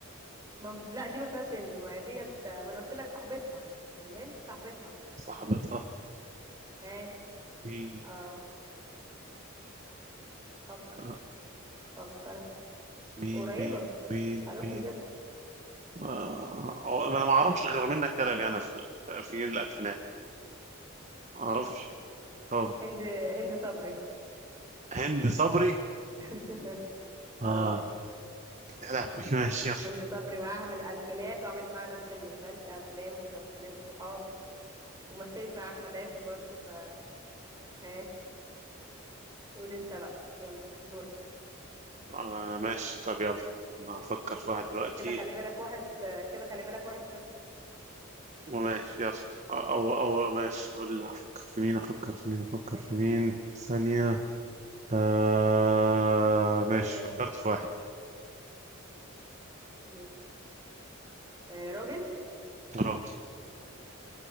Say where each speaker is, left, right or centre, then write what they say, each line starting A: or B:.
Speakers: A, on the right; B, on the right.
A: ما... لا دي ما فيهاش هند ما هي ديت ما انا قلت لك صاحبتها الهند صاحبتها
B: صاحبتها
A: اه
B: مين
A: اه فكر
B: آه،
A: فكر
B: مين
A: قريبة
B: مين مين
A: قربت
B: مين
A: تجيبها
B: آه، هو انا ما اعرفش غير منة كلب يعني في ال- في جيل الالفينات ما اعرفش طب
A: هند هند صبري
B: هند صبري
A: <laughs>
B: اه
A: اه
B: يا لهوي <laughs> ماشي يلا
A: هند صبري معاها من الألفينات وعملت معاها نفس المسل أفلام ومسلسلات وصحاب ومثلت مع أحمد عز برضو ف ها قول أنت بقى يلا دورك
B: آه ماشي طب يلا انا هفكر في واحد دلوقتي
A: كده خلي بالك واحد كده خلي بالك واحد صفر
B: وماشي يلا او او ماشي اقول افكر في مين افكر في مين افكر
A: <laughs>
B: في مين ثانية آه ماشي
A: آه،
B: فكرت في
A: ماشي آه، راجل
B: واحد